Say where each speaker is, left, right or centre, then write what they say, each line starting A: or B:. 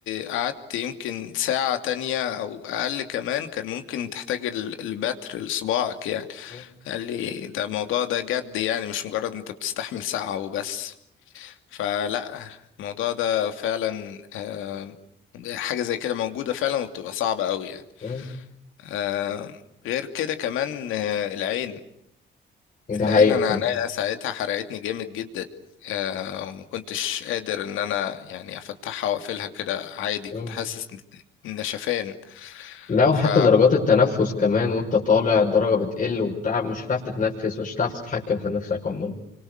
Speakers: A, on the left; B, on the left.
A: قعدت يمكن ساعة تانية أو أقل كمان كان ممكن تحتاج ال- البتر لصباعك يعني
B: مم.
A: قال لي ده الموضوع ده جد يعني مش مجرد أنت بتستحمل ساعة وبس فلا الموضوع ده فعلا آه، حاجة زي كده موجودة فعلا وبتبقى صعبة قوي يعني
B: مم.
A: آه، غير كده كمان آه، العين
B: ده
A: العين
B: حقيقة
A: انا
B: فعلا
A: عينيا ساعتها حرقتني جامد جدا آه، وما كنتش قادر ان انا يعني افتحها واقفلها كده عادي
B: مم.
A: كنت حاسس إن- إن شفان
B: لا وحتى
A: ف
B: درجات التنفس كمان وانت طالع الدرجة بتقل وبتاع مش هتعرف تتنفس مش هتعرف تتحكم في نفسك عموما